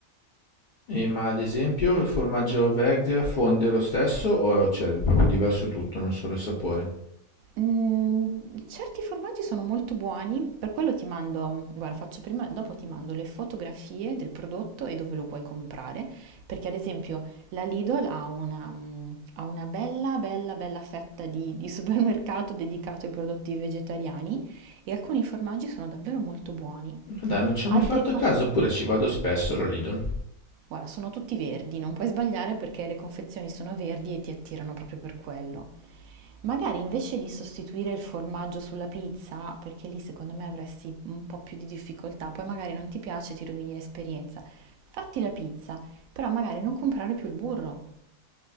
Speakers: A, on the left (about 60°); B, on the right (about 90°).
A: Eh, ma ad esempio il formaggio veg fonde lo stesso o c'è proprio diverso tutto, non solo il sapore?
B: Mm, certi formaggi sono molto buoni, per quello ti mando, guarda, faccio prima, dopo ti mando le fotografie del prodotto e dove lo puoi comprare, perché ad esempio la Lidl ha una, mm, ha una bella, bella, bella fetta di, di supermercato dedicato ai prodotti vegetariani e alcuni formaggi sono davvero molto buoni.
A: Ma dai, non ci ho
B: Altre
A: mai fatto
B: cose...
A: caso, oppure ci vado spesso alla Lidl.
B: Guarda, sono tutti verdi, non puoi sbagliare perché le confezioni sono verdi e ti attirano proprio per quello. Magari invece di sostituire il formaggio sulla pizza, perché lì secondo me avresti un po' più di difficoltà, poi magari non ti piace, ti rovini l'esperienza. Fatti la pizza, però magari non comprare più il burro.